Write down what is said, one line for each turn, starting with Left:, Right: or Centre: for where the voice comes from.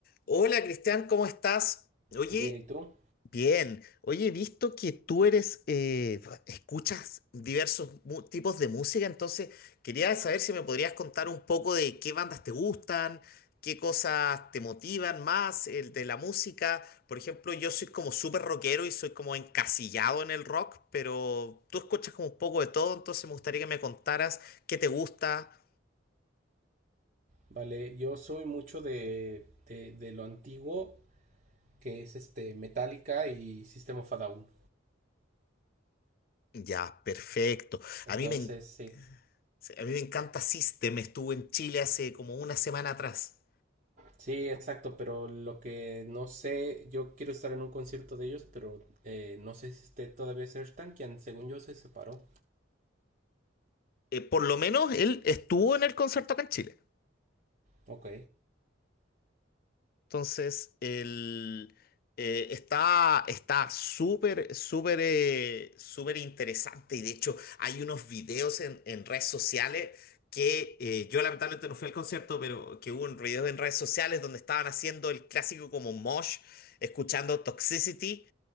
Left: Hola Cristian, ¿cómo estás? Oye,
Right: Bien, ¿y tú?
Left: bien. Oye, he visto que tú eres, eh, escuchas diversos mu- tipos de música, entonces quería saber si me podrías contar un poco de qué bandas te gustan, qué cosas te motivan más, el de la música. Por ejemplo, yo soy como súper rockero y soy como encasillado en el rock, pero tú escuchas como un poco de todo, entonces me gustaría que me contaras qué te gusta.
Right: Vale, yo soy mucho de, de, de lo antiguo, que es este Metallica y System of a Down.
Left: Ya, perfecto.
Right: Entonces,
Left: A mí me
Right: sí.
Left: Sí, A mí me encanta System, estuvo en Chile hace como una semana atrás.
Right: Sí, exacto, pero lo que no sé, yo quiero estar en un concierto de ellos, pero eh, no sé si esté todavía Serge Tankian, según yo se separó.
Left: Eh, por lo menos él estuvo en el concierto acá en Chile.
Right: Ok.
Left: Entonces, él eh, está está súper, súper, eh, súper interesante. Y de hecho, hay unos videos en, en redes sociales que eh, yo lamentablemente no fui al concierto, pero que hubo un video en redes sociales donde estaban haciendo el clásico como mosh, escuchando Toxicity.